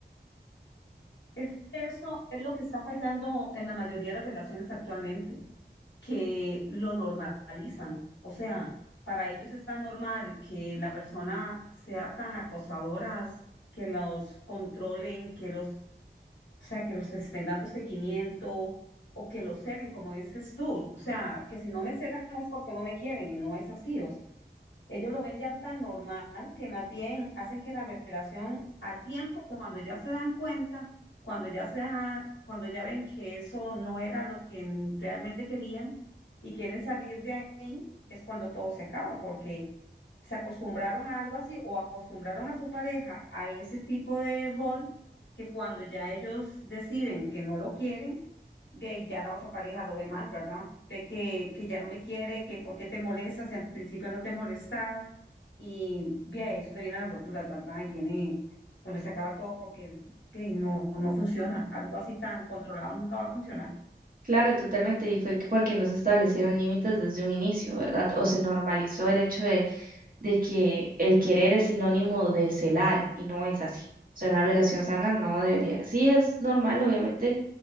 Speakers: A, on the left (about 90°); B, on the right (about 50°).
A: Es que eso es lo que está fallando en la mayoría de las relaciones actualmente, que lo normalizan. O sea, para ellos es tan normal que la persona sea tan acosadoras, que los controlen, que los, o sea, que los estén dando seguimiento o que los celen, como dices tú. O sea, que si no me celan es porque no me quieren y no es así. O ellos lo ven ya tan normal que más bien hacen que la revelación al tiempo, cuando ya se dan cuenta, cuando ya se da- cuando ya ven que eso no era lo que en- realmente querían y quieren salir de ahí, es cuando todo se acaba, porque se acostumbraron a algo así o acostumbraron a su pareja a ese tipo de rol que cuando ya ellos deciden que no lo quieren, ve ahí ya la otra pareja lo ve mal, ¿verdad? Ve que, que ya no me quiere, que por qué te molesta, si al principio no te molestaba, y ve ahí es donde vienen las roturas, ¿verdad? Y viene donde se acaba todo porque ve ahí no, no funciona, algo así tan controlado nunca va a funcionar.
B: Claro, totalmente, y fue que porque no se establecieron límites desde un inicio, ¿verdad? O se normalizó el hecho de, de que el querer es sinónimo de celar, y no es así. O sea, una relación sana no debería. Sí es normal, obviamente,